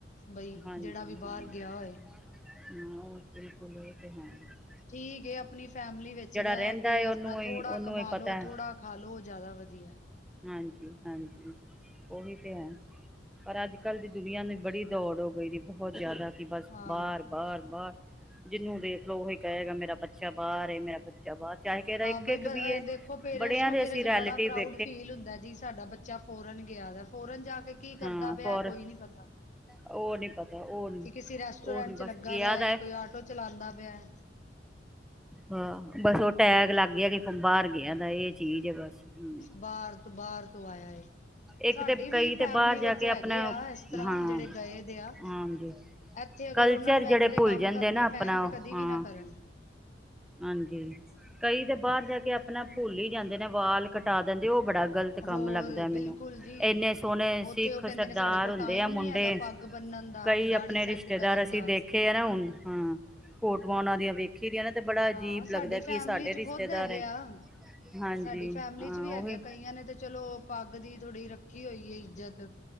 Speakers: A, on the left; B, in the centre.
A: ਬਈ
B: ਹਾਂਜੀ
A: ਜਿਹੜਾ ਵੀ ਬਾਰ
B: ਹਾਂਜੀ
A: ਗਿਆ ਹੋਏ,
B: ਹਾਂ ਉਹ ਬਿਲਕੁਲ ਉਹ ਤ <unintelligible>
A: ਠੀਕ ਐ ਆਪਣੀ ਫੈਮਿਲੀ ਵਿੱਚ ਰਹਿ
B: ਰਹਿੰਦਾ
A: ਕੇ
B: ਹੈ ਉਹਨੂੰ
A: ਆਪਣਾ
B: ਹੀ
A: ਥੋੜਾ
B: ਉਹਨੂੰ
A: ਕਮਾਲੋ
B: ਹੀ ਪਤਾ
A: ਥੋੜਾ,
B: ਹੈ।
A: ਖਾਲੋ ਉਹ ਜ਼ਿਆਦਾ ਵਧੀਆ,
B: ਹਾਂਜੀ ਹਾਂਜੀ ਓਹੀ ਤੇ ਹੈ, ਪਰ ਅੱਜ ਕੱਲ ਦੀ ਦੁਨੀਆਂ ਨੂੰ ਬੜੀ ਦੌੜ ਹੋ ਗਈ ਨੇ ਬਹੁਤ ਜ਼ਿਆਦਾ ਕਿ ਬਸ
A: ਹਾਂ,
B: ਬਾਰ ਬਾਰ ਬਾਰ, ਜਿਹਨੂੰ ਦੇਖਲ ਉਹੀ ਕਹੇਗਾ ਮੇਰਾ ਬੱਚਾ ਬਾਰ ਐ ਮੈ ਬਾਰ ਚਾਹੇ ਕਿਸੇ ਦਾ
A: ਹਾਂ
B: ਇੱਕ
A: ਬਈ
B: ਇੱਕ
A: ਬ
B: ਵੀ
A: ਅਹ
B: ਏ,
A: ਦੇਖੋ ਪੇਰੈਂਟਸ
B: ਬੜਿਆਂ
A: ਨੂੰ
B: ਦੇ
A: ਵੀ
B: ਅਸੀਂ
A: ਇਹਦੇ 'ਚ
B: ਰੈਲੇਟਿਵ
A: ਬੜਾ ਪ੍ਰਾਊਡ
B: ਵੇ
A: ਫੀਲ ਹੁੰਦਾ ਜੀ ਸਾਡਾ ਬੱਚਾ ਫੋਰਨ ਗਿਆ ਵਾ ਫੋਰਨ ਜਾ ਕੇ ਕੀ
B: ਹਾਂ
A: ਕਰਦਾ ਪਿਆ
B: ਫੋਰ
A: ਕੋਈ ਨੀ ਪਤਾ,
B: ਉਹ ਨੀ ਪਤਾ ਉਹ ਨੀ
A: ਕਿ ਕਿਸੇ ਰੈਸਟੋਰੈਂਟ
B: ਉਹ ਨੀ
A: ਚ
B: ਬਸ
A: ਲੱਗਾ
B: ਗਿਆ
A: ਦਾ ਜਾਂ
B: ਹੈ।
A: ਕੋਈ ਆਟੋ ਚਲਾਦਾ ਪਿਆ।
B: ਹਾਂ ਬਸ, ਉਹ ਟੈਗ ਲੱਗ ਗਿਆ ਕਿ ਬਾਹਰ ਗਿਆ ਦਾ ਇਹ ਚੀਜ਼ ਆ ਬਸ ਹੂੰ
A: ਬਾਰ ਤੋਂ, ਬਾਹਰ ਤੋਂ ਆਇਆ ਐ।
B: ਇੱਕ
A: ਸਾਡੀ
B: ਤੇ
A: ਵੀ
B: ਕਈ
A: ਫੈਮਲੀ
B: ਤੇ ਬਾਹਰ ਜਾ
A: ਵਿੱਚ
B: ਕੇ
A: ਹੈਗੇ
B: ਆਪਣਾ
A: ਆ ਇਸ ਤਰ੍ਹਾਂ
B: ਹਾਂ
A: ਜਿਹੜੇ ਗਏ ਦੇ ਆ।
B: ਹਾਂਜੀ
A: ਇੱਥੇ ਅਗਰ
B: ਕਲਚਰ
A: ਉਹਨਾਂ ਨੂੰ
B: ਜਿਹੜੇ
A: ਇੰਝ ਦੇ
B: ਭੁੱਲ
A: ਕੰਮ
B: ਜਾਂਦੇ
A: ਕਰਨੇ
B: ਨਾ ਆਪਣਾ
A: ਪੈਣ ਤੇ
B: ਉਹ,
A: ਕਦੇ
B: ਹਾਂ
A: ਵੀ ਨਾ ਕਰਨ।
B: ਹਾਂਜੀ, ਕਈ ਤੇ ਬਾਹਰ ਜਾ ਕੇ ਆਪਣਾ ਭੁੱਲ ਈ ਜਾਂਦੇ ਨੇ ਵਾਲ ਕਟਾ ਕਹਿਦੇ ਉਹ ਬੜਾ ਗਲਤ
A: ਹੋਰ
B: ਕੰਮ ਲੱਗਦਾ ਮੈਨੂੰ,
A: ਬਿਲਕੁਲ ਜੀ
B: ਇੰਨੇ ਸੋਹਣੇ
A: ਉੱਥੇ
B: ਸਿੱਖ
A: ਉਹ ਕਹਿੰਦੇ
B: ਸਰਦਾਰ
A: ਨੇ ਸਾਡੇ ਕੋਲ
B: ਹੁੰਦੇ
A: ਟਾਈਮ
B: ਆ ਮੁੰਡੇ
A: ਨੀ ਹੈਗਾ ਪੱਗ ਬੰਨਣ ਦਾ
B: ਕਈ
A: ਦਾੜੀ
B: ਆਪਣੇ
A: ਸੈੱਟ
B: ਰਿਸ਼ਤੇਦਾਰ
A: ਕਰਨ
B: ਅਸੀਂ
A: ਦਾ
B: ਦੇਖੇ ਆ ਨਾ, ਹੁਣ ਹਾਂ ਫੋਟੋਆਂ ਉਹਨਾਂ ਦੀਆਂ ਵੇਖ ਆਖੀ ਦੀ ਆਂ ਨਾ ਤੇ ਬੜਾ ਅਜੀਬ
A: ਹਾਂ ਸਾਡੀ
B: ਲੱਗਦਾ
A: ਫੈਮਿਲੀ
B: ਕਿ ਇਹ ਸਾਡੇ
A: ਚ
B: ਰਿਸ਼ਤੇਦਾਰ
A: ਖੁਦ ਹੈਗੇ
B: ਐ
A: ਆ
B: ਹਾਂਜੀ
A: ਸਾਡੀ ਫੈਮਿਲੀ
B: ਹਾਂ
A: ਵੀ ਹੈਗੇ,
B: ਉਹੀ
A: ਕਈਆਂ ਨੇ ਤੇ ਚਲੋ ਪੱਗ ਦੀ ਥੋੜ੍ਹੀ ਰੱਖੀ ਹੋਈ ਏ ਇੱਜਤ।